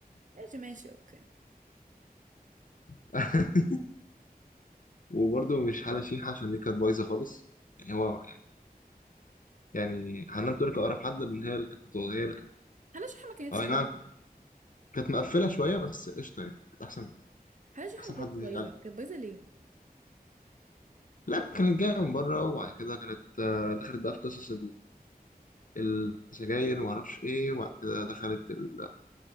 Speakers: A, on the right; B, on the left.
A: ماشي ماشي أوكي
B: <laughs> وبرضه مش حالة شيحة عشان دي كانت بايظة خالص يعني هو يعني يعني حنان ترك أقرب حد من هي اللي كانت هي اللي
A: حلا شحة ما كانتش
B: اي
A: بايظة
B: نعم كانت مقفله شويه بس قشطه يعني كانت احسن
A: حلا شحة
B: احسن
A: ما كانتش
B: حد يليق
A: بايظة
B: عليه
A: كانت بايظة ليه؟
B: لا كانت جايه من بره وبعد كده كانت آه، دخلت بقى في قصص ال- السجاير وما اعرفش ايه وبعد كده دخلت ال-